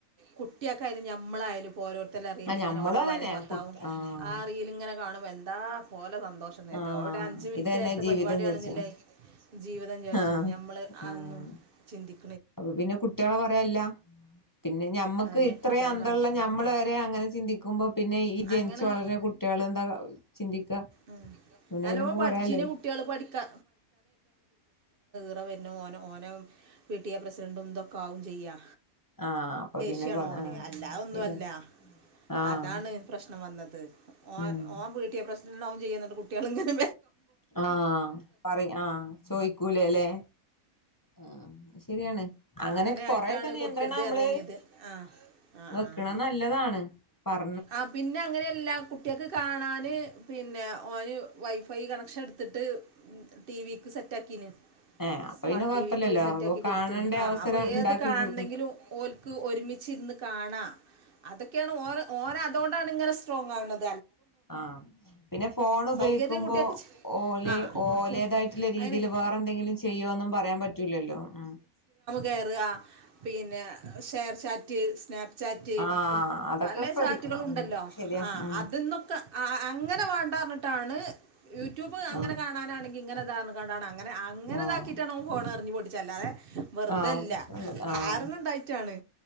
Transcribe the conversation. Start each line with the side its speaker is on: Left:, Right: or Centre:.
Right: കുട്ടിയക്കൊയാലും ഞമ്മളായാലും പോരോ ല്ല റല
Left: ആഹ്
Right: ഇങ്ങന
Left: ഞമ്മളും
Right: ഓരോ
Left: അതന്നെ
Right: കാര്യം ഭർത്താവും
Left: കുട്ട് ആഹ്
Right: ആ റീല ഇങ്ങനെ കാണ്പ എന്താ പോല ന്തോഷ നേരുന്നു
Left: ആഹ്
Right: അവിടെ അഞ്ച് മിനിറ്റ്
Left: ഇതന്നെ
Right: നേരത്തെ
Left: ജീവിതം
Right: പരിപാടിയാണെന്നില്ലേ
Left: വിചാരിച്ചും
Right: ജീവിതം വിചാരിച്ചു
Left: ആഹ്
Right: നഞമ്മൾ അതൊന്നും
Left: ആഹ്
Right: ചിന്തിക്കു-
Left: അപ്പൊ പിന്നെ കുട്ടികളെ പറയാല്ല പിന്നെ ന- നമ്മുക്ക്
Right: അതന്നെ
Left: ഇത്രയും
Right: കുട്ടികളും
Left: അന്ന്തമുള്ള
Right: പറയും
Left: നമ്മള് വരെ അങ്ങനെ ചിന്തിക്കുമ്പോ പിന്നെ ഈ ജനിിച്ചു
Right: അങ്ങനെ
Left: വളർഞ്ഞ കുട്ടികൾ എന്താ ചിന്തിക്കാ
Right: ഉം.
Left: പിന്നെഅയ്ലൊന്നും
Right: നല്ലോണം പഠിച്ചീന
Left: പറയാല്ലല്ലോ
Right: കുട്ടികൾ പഠിക്കാ <unintelligible> ഓ ഓന പി ടി എ പ്രസിഡന്റുംതൊക്കെ ആകും ചെയ്യ
Left: ആഹ അപ്പൊ പിന്നെ
Right: ശാണ്
Left: പറ
Right: ഓൻഅല്ലാതെ
Left: ആഹ്
Right: ഒന്നുമല്ല
Left: ശരിയാ ആഹ്
Right: അതാണ് പ്രശ്നം വന്നത് ഓ
Left: ഉം
Right: ഓൻ പി ടി എ പ്രസിഡ ന്നാവും ചെയ്യ ന്നട്ട് കുട്ടികള ഇങ്ങനെ
Left: ആഹ പറി ആഹ ചോയ്ക്കൂലേ അല്ലേ ആ ശരിയാണ് അങ്ങനെയൊക്കെ
Right: അങ്ങനെ ആയിട്ടാണ്
Left: കൊറെൊക്കെ നിയന്ത്രണം
Right: കൊടുക്കരുത്
Left: നമ്മള്
Right: പറഞ്ഞിനിയത് ആ ആ
Left: വെക്കണ
Right: ആ
Left: നല്ലതാണ് പറ
Right: ആ പിന്നെ അങ്ങനെയ എല്ല കുട്ടിയക്ക്െ കാണാന് പിന്നെ ഓന് വൈഫൈ കണക്ഷൻ എടുത്തിട്ട് ടി വിക്ക് സെറ്റാക്കീന്
Left: ഏഹ് അപ്പൊ
Right: സ്മാർട്ട്
Left: പിന്നെ കൊഴപ്പില്ലല്ലോ
Right: ടിവിക്ക് സെറ്റ
Left: അപ്പൊ
Right: ആക്കി
Left: കാണേണ്ട
Right: കൊടുത്ത ആ
Left: അവസരം
Right: അപ്പൊ ഏത്
Left: ഇണ്ടാക്കി
Right: കാണെങ്കിലും
Left: കൊടുക്കണം
Right: ഓക്ക് ഒരുമിച്ചി ഇരുന്ന് കാണാം അതൊക്കെയാണ് ഓരോ അതുകൊാണ് ഇങ്ങനെ സ്ട്രോങ് ആകുന്നത്
Left: ആ പിന്നെ ഫോൺ ഉപയോഗിക്കുമ്പോ
Right: സൗകര്യം കുട്ടികൾക്ക് ചെ-
Left: ഓലെ
Right: ആ
Left: ഓലേതായിട്ടുള്ള
Right: അപ്പോൾ
Left: രീതിൽ
Right: അങ്ങനെ
Left: വേറെ എന്തെങ്കിലും ചെയ്യോന്നും പറയാൻ പറ്റൂലല്ലോ ഉ
Right: കേറുക പിന്നെ ഷെയർചാറ്റ് സ്നാപ്ചാറ്റ്
Left: ആഹ് അതൊക്കെ
Right: പല
Left: ശ്രദ്ധിക്കണം
Right: ചാറ്റുകളൾ ഉണ്ടല്ലോ
Left: ഉം ശരിയാ
Right: ആ
Left: ഉം
Right: അതിന്നൊക്കെ അങ്ങനെ പറഞ്ഞിട്ടാണ് യൂട്യൂബ് അങ്ങനെ
Left: ആഹ്
Right: കാണാനാണെങ്കിൽ ഇങ്ങെനെതാണ് <unintelligible> അങ്ങെ അങ്ങനെതാക്കിയിട്ടാണ്
Left: ആഹ്
Right: ഓൻ ഫോൺറിഞ്ഞു പൊട്ടി ചല്ലാതെ വെറുതല്ല
Left: ആഹ് പ്രശ്നണ്ടല്ലോ
Right: കാരണം
Left: ആഹ്
Right: ഇണ്ടായിട്ടാണ്